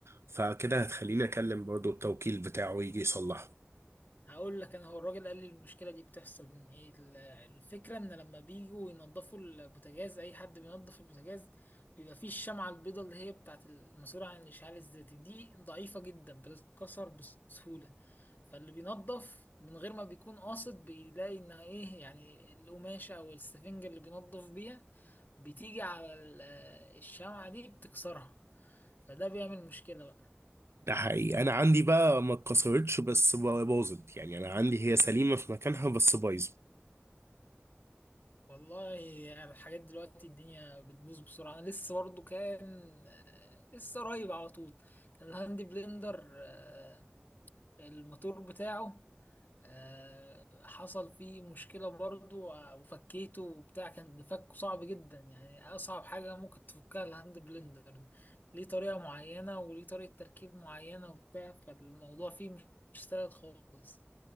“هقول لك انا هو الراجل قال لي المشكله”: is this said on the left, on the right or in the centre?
Left